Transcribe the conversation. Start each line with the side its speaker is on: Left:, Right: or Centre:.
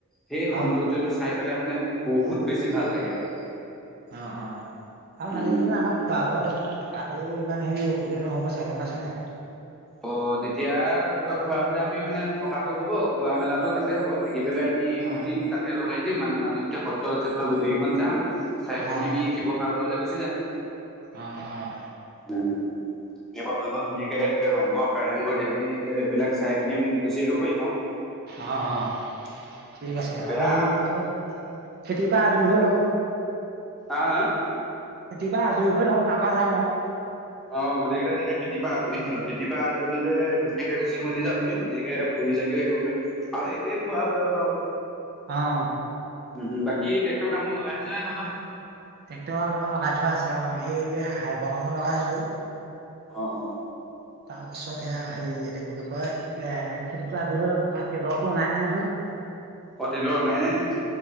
Centre: সেই
Right: অ
Centre: সৌন্দৰ্যটো চাই। পেলাই মানে বহুত বেছি ভাল লাগে আৰু।
Right: অ অ আৰু <unintelligible>
Centre: উম
Right: আমাক। পাকঘৰ আছে নহয় থকাতো ইমান হেৰি অসুবিধা নহ'ব চাই গম পাইছ নাই।
Centre: অ তেতিয়া তহঁতৰ খোৱা কথা আমি মানে থকাটো হ'ব খোৱা মেলাতো তাতে হ'ব। থাকি পেলাই আমি
Right: অ
Centre: দুদিন তাতে লগাই দিম মানে মাজুলীতে সত্ৰ চত্ৰ গোটেইকেইখন চাম। চাই
Right: অ',
Centre: পিনি আমি শিৱসাগৰলৈ গুচি যাম।
Right: অঁ অঁ।
Centre: উ' শিৱসাগত ধুনীয়াকে এনেকে ৰংঘৰ কাৰেংঘৰ এই পিনি। এইবিলাক চাই পিনি আমি গুচি আহিব পাৰিম আৰু।
Right: অ' অ'। ঠিক আছে,
Centre: বেয়া
Right: আমি খেতিৰ পৰা আজৰি হৈ লওঁ।
Centre: আ আ।
Right: খেতিপা আজৰি হৈ লওঁ তাৰপৰা যাম আৰু।
Centre: অ গোটেইকেইটা তেতিয়া খেতি পৰা আজৰি হৈ লও, খেতি পৰা আজৰি ললে ধুনীয়াকে গুচি মেলি যাব পাৰিম ধুনীয়াকে। ফুৰি চাকিও আহিব পাৰিম আৰু এইটোৱে ফূৰা বয়স আৰু।
Right: অ'।
Centre: উম' বাকী ট্ৰেক্টৰ কামত লগাই থৈছ নে তহঁতৰ।
Right: ট্ৰেক্টৰ কামত লগাই থোৱা আছে অ, হেই এতিয়া হাল বোৱা কামত লগাই আছো।
Centre: অ' অ'।
Right: তাৰ পাছত সেয়া হেৰি কবি কয় এ খেতিটো আজি হলও তাৰপৰা তেলৰো অনাই নাই নহয়। <inaudible>
Centre: অ টেইলৰ অনাই নাই নেকি?